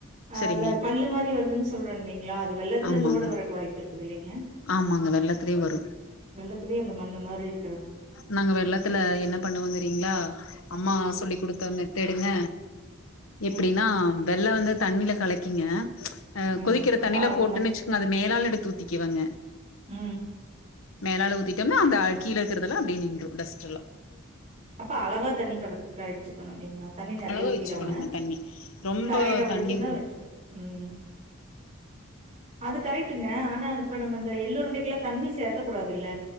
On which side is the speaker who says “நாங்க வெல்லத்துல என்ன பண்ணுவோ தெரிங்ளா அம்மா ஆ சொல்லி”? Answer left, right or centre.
Left